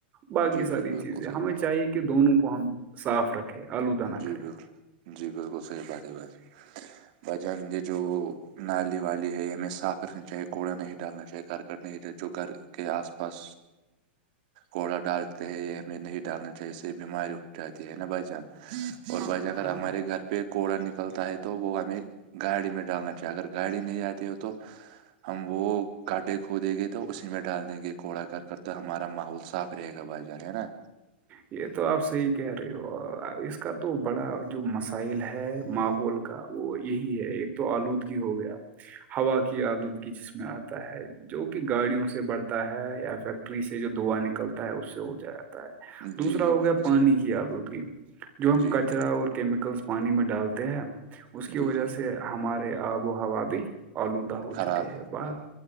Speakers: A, on the right; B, on the right.
A: باقی
B: جی
A: ساری
B: جی بالکل
A: چیزیں
B: صحیح
A: ہمیں
B: بات
A: چاہیے کہ کہ دونوں کو ہم صاف رکھیں آلودہ نہ
B: جی
A: کریں
B: بالکل جی بالکل صحیح بات ہے بھائی
A: <inaudible>
B: بھجن یہ جو نالی والی ہے ہمیں صاف رکھنی چاہیے کوڑا نہیں ڈالنا چاہیے گھر کرنے لی جو گھر کے آس پاس کوڑا ڈالتے ہیں یہ ہمیں نہیں ڈالنا چاہیے سے بیماری اٹھ جاتی ہے نا بھائی جان اور
A: ہاں
B: بھائی ج اگر
A: ہاں
B: ہمارے گھر پہ پہ کوڑا نکلتا ہے تو وہ ہمیں گاڑی میں ڈالنا چاہیے اگر گاڑی نہیں آتی ہو تو ہم وہ کڈے کھ دیں گے تو اسی میں ڈال دیں گے کوڑا کر کر تو ہمارا ماحول صاف رہے گا بھائی جان ہے نا
A: یہ تو آپ صحیح کہہ رہے ہو اس کا تو بڑا جو مسئلہ مسائل ہے ماحول کا وہ یہی ہے ایک تو آلودگ ہو گیا ہوا کی آلود کی جسم آتا ہے جو کہ گاڑیوں سے بڑھتا ہے یا فیکٹری سے جو دھواں نکلتا ہے اس سے ہو جائے ہے
B: جی
A: دوسرا
B: جی
A: ہو
B: بالکل
A: گیا پانی
B: صحیح بات
A: کی آلودگی جو ہم
B: جی
A: کچرا
B: جی
A: اور کیمیکلس پانی میں ڈالتے ہیں اس کی
B: جی
A: وجہ
B: جی
A: سے ہمارے آب و ہوا بھی آلودہ ہو
B: خراب
A: چکے ہیں بس